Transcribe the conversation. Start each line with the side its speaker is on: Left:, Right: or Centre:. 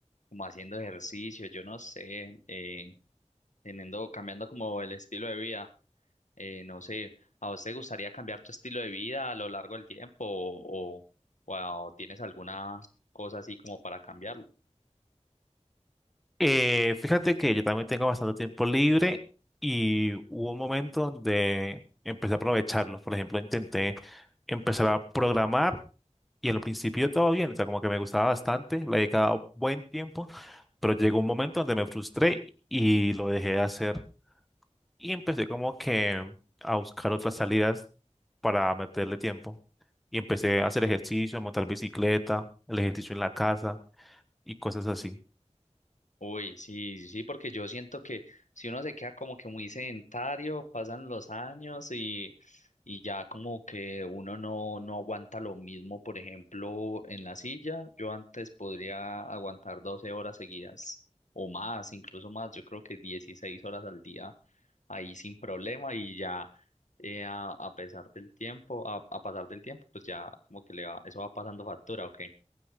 Left: como haciendo ejercicio, yo no sé, eh, teniendo, cambiando como el estilo de vida. Eh, no sé, ¿a vos te gustaría cambiar tu estilo de vida a lo largo del tiempo o, o o tienes alguna cosa así como para cambiarlo?
Centre: Eh, fíjate que yo también tengo bastante tiempo libre y hubo un momento donde empecé a aprovecharlo. Por ejemplo, intenté empezar a programar y al principio todo bien, o sea, como que me gustaba bastante, le dedicaba buen tiempo, pero llegó un momento donde me frustré y lo dejé de hacer y empecé como que a buscar otras salidas para meterle tiempo. Y empecé a hacer ejercicio, a montar bicicleta, el ejercicio en la casa y cosas así.
Left: Uy, sí, sí, sí, porque yo siento que si uno se queda como que muy sedentario, pasan los años y, y ya como que uno no, no aguanta lo mismo, por ejemplo, en la silla, yo antes podría aguantar 12 horas seguidas o más, incluso más, yo creo que 16 horas al día ahí sin problema y ya eh, a, a pesar del tiempo, a, a pasar del tiempo, pues ya como que le va, eso va pasando factura, ¿ok?